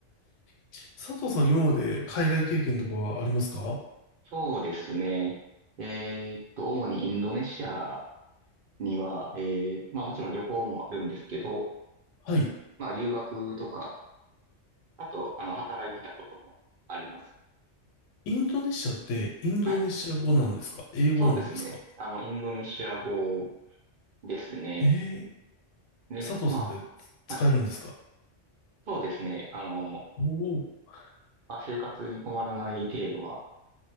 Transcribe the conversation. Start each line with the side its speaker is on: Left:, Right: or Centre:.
Left: <laughs> 佐藤さん、今まで海外経験とかはありますか
Right: そうですね。えーっと、主にインドネシアには、えー、まあもちろん旅行もあるんですけど、
Left: はい。
Right: まあ、留学とか、あと、あの、働いてたこともあります。
Left: インドネシアってインドネシア語なんですか英語なんですか
Right: はい。そうですね。あの、インドネシア語ですね。
Left: ええ
Right: で、
Left: ー、佐藤さんって使えるんですか
Right: まあ、はい。そうですね。あの、ま
Left: おお
Right: あ、生活に困らない程度は